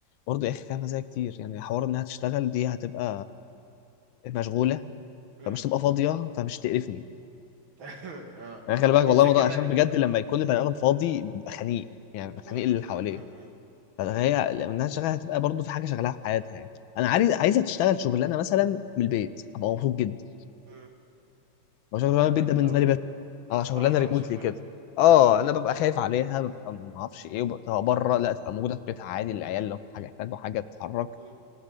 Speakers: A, on the left; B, on the right.
A: برضه يا اخي فيها مزايا كتير يعني حوار انها تشتغل دي هتبقى مشغوله
B: مم.
A: فمش تبقى فاضيه فمش تقرفني
B: <laughs> اه
A: انا خلي
B: دي
A: بالك
B: من
A: والله
B: سكة
A: الموضوع
B: تانية
A: عشان بجد لما يكون البني ادم فاضي بيبقى خنيق يعني بيبقى
B: مم،
A: خنيق اللي
B: مم،
A: حواليه
B: مم، مم،
A: فهي لما الناس شغاله هتبقى برضه في حاجه شغاله في حياتها يعني انا عايز عايزه تشتغل شغلانه مثلا من البيت هبقى مبسوط جدا
B: مم.
A: هو شغلانه
B: بدل
A: من البيت ده بالنسبه
B: ما
A: لي بس
B: ما
A: اه
B: تتعرضش
A: شغلانه ريموتلي
B: لحاجة
A: كده
B: اه
A: اه
B: اه
A: انا ببقى خايف عليها ببقى ما اعرفش ايه وببقى بره لا تبقى موجوده في بيتها عادي العيال لو في حاجه يحتاجوا حاجه تتحرك
B: مم.